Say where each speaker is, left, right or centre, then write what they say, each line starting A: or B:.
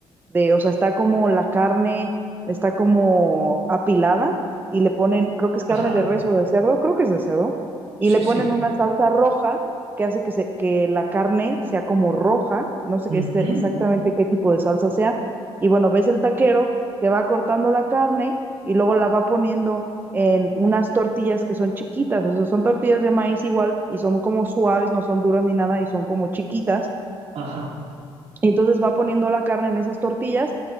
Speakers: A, on the right; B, on the right.
A: de, o sea, está como la carne, está como apilada y le ponen, creo que es carne
B: Ajá,
A: de res o de cerdo, creo que es de cerdo,
B: sí,
A: y le ponen
B: sí.
A: una salsa roja que hace que, se, que la carne sea como roja, no sé
B: ujú,
A: qué este- exactamente qué tipo de salsa sea, y bueno, ves el taquero que va cortando la carne y luego la va poniendo en unas tortillas que son chiquitas, o sea, son tortillas de maíz igual y son como suaves, no son duras ni nada y son como chiquitas.
B: Ajá.
A: Y entonces va poniendo la carne en esas tortillas